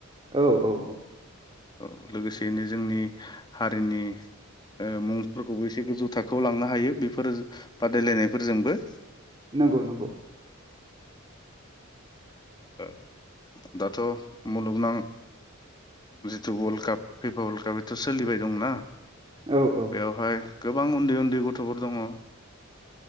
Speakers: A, on the right; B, on the left.
A: औ औ औ
B: औ लोगोसेैनो जोंनि हारिनि ओ मुंफोरखौबो एसे गोजौ थाखो खौ लांनो हायो बेफोर बादायलायनायफोरजोंबो
A: नंगौ नंगौ
B: ओ दाथ' मुलुगनां जिथु वर्ल्ड काप फफा वर्ल्ड काप बेथ' सोलिबाय दंना
A: औ औ
B: बेवहाय गोबां उन्दै उन्दै गथ'फोर दङ ओ